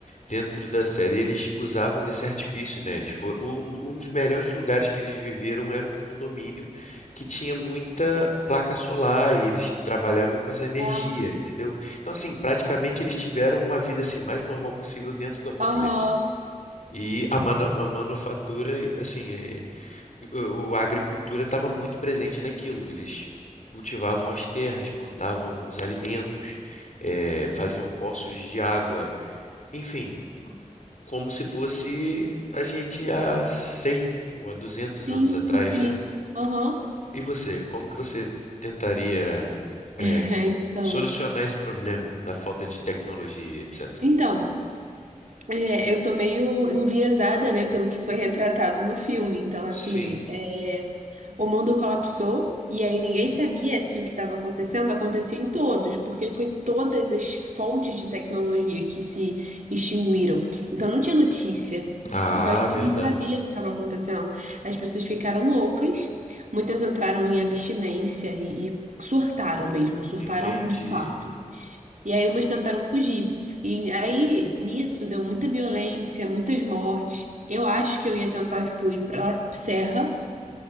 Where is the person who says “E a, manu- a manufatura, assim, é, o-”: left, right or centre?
Left